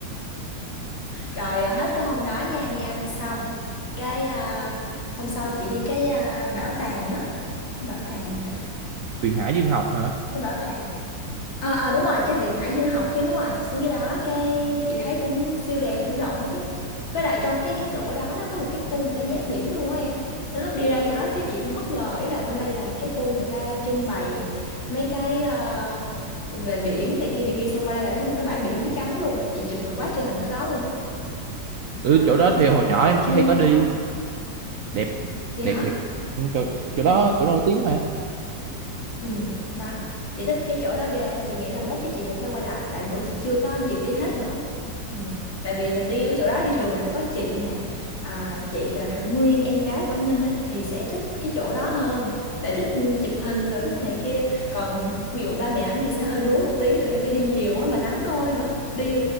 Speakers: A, on the left (about 85°); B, on the right (about 65°).
A: rồi à, hết cái hôm đó nha đi ăn xong cái à, hôm sau chị đi cái à, bảo tàng á cái bảo tàng gì ta
B: Huyền Hải Dương học hả
A: cái bảo tàng ờ ờ đúng rồi cái viện Hải Dương học chứ đúng rồi xuống dưới đó cái chị thấy cũng siêu đẹp cũng rộng ấy chứ với lại trong cái cái chỗ đó nó có một cái khu mà nó giáp biển luôn á em Nên lúc đi ra chỗ đó cái chị cũng bất ngờ ý là bên đây là một cái khu người ta trưng bày mấy cái ờ, về biển này kia này kia xong qua đây là thấy một cái bãi biển trắng luôn chị chụp được quá trời hình ở đó luôn á
B: ừ
A: đó. đó
B: chỗ đó thì
A: xong
B: hồi
A: rồi
B: nhỏ em
A: trưa
B: hay có
A: hôm
B: đi
A: đó
B: đẹp
A: vậy
B: đẹp
A: hả
B: thiệt Ừ, chỗ, chỗ đó
A: Ừ.
B: chỗ đó nổi tiếng mà
A: Ừ, đó, chị thích cái chỗ đó ghê, chị nghĩ là mốt chắc chị cũng phải quay lại, tại bữa chị chưa có dịp đi hết nữa. Ừ, tại vì nếu đi ở chỗ đó thì thường là có chị nè, à, chị rồi Hạnh Nguyên, em gái của anh Minh á, thì sẽ thích cái chỗ đó hơn, tại thích chụp hình rồi thích này kia, còn ví dụ ba mẹ ảnh thì sẽ hơi đuối một tí, tại vì phải đi nhiều á mà nắng nôi nữa, đi